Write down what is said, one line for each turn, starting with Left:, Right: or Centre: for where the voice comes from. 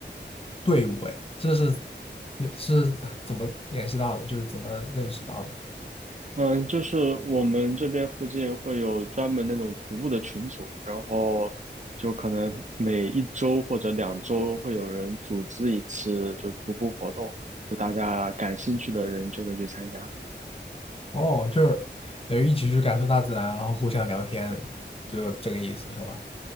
Left: 队伍，哎，这是也是怎么联系到的？就是怎么认识到的？
Right: 嗯，就是我们这边附近会有专门那种徒步的群组，然后就可能每一周或者两周会有人组织一次，就是徒步活动，就大家感兴趣的人就可以去参加。
Left: 哦，就是等于一起去感受大自然，然后互相聊天，就这个意思是吧？